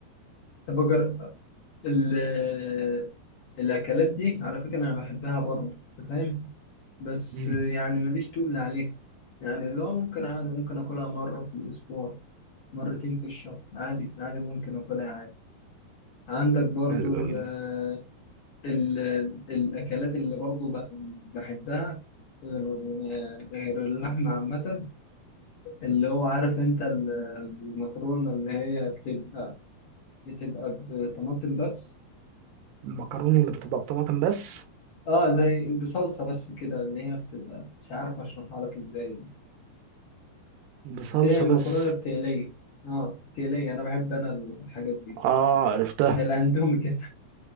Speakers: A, on the left (about 60°); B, on the right (about 85°).
A: طب أجرب ال- الأكلات دي على فكرة أنا بحبها برضه أنت فاهم بس
B: مم.
A: يعني ماليش تقول عليها يعني اللي هو ممكن عادي ممكن آكلها مرة في الأسبوع مرتين في الشهر عادي عادي ممكن آكلها عادي عندك برضه
B: حلو
A: ال
B: جدا
A: ال الأكلات اللي برضه ب- بحبها غير غير اللحمة عامة اللي هو عارف أنت ال- المكرونة اللي هي بتبقى بتبقى بطماطم بس
B: المكرونة اللي بتبقى بطماطم بس
A: اه زي بصلصه بس كده ان هي بتبقى مش عارف اشرحها لك ازاي
B: بصلصة
A: بس هي المكرونه
B: بس
A: بتقليه اه بتقليه انا بحب انا الحاجات دي
B: اه عرفتها
A: زي الاندومي كده